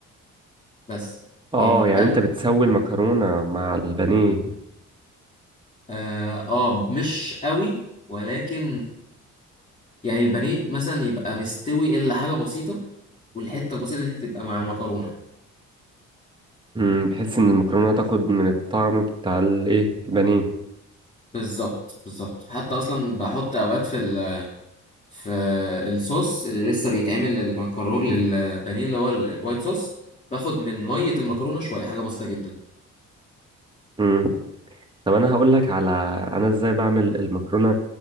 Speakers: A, on the left; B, on the right.
A: بس
B: اه
A: يعني
B: يعني
A: قبل
B: انت بتسوي المكرونة مع البانيه
A: اه, آه مش قوي ولكن يعني البانيه مثلا يبقى مستوي الا حاجه بسيطه والحته البسيطه دي تبقى مع المكرونه
B: امم بحيث ان المكرونه تاخد من الطعم بتاع الايه البانيه
A: بالظبط بالظبط حتى اصلا بحط اوقات في ال في الصوص اللي لسه بيتعمل للمكرونه للبانيه اللي هو ال- الوايت صوص باخد من ميه المكرونه شويه حاجه بسيطه جدا
B: امم طب انا هقول لك على انا ازاي بعمل المكرونه